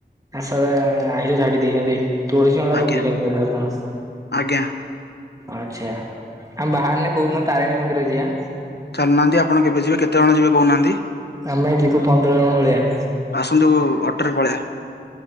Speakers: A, on the right; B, on the left.
A: ଆ ସ ଆଇଁଷ ଛାଡି ଦେଇଛନ୍ତି ତୁଳସୀ ମଳା
B: ଆଜ୍ଞା
A: ପକେଇଛନ୍ତି। ବଧ ଆପଣ।
B: ଆଜ୍ଞା
A: ଆଚ୍ଛା ବାହାରିଲେ ଆମେ ତାରିଣୀ ମନ୍ଦିର ଯିବା।
B: ଚାଲୁନାହାନ୍ତି ଆପଣ କେବେ ଯିବେ କେତେ ଜଣ ଯିବେ କହୁନାହାନ୍ତି।
A: ଆମେ ଯିବୁ ପନ୍ଦର ଜଣ ଭଳିଆ।
B: ଆସନ୍ତୁ ଅଟୋରେ ପଳେଇବା।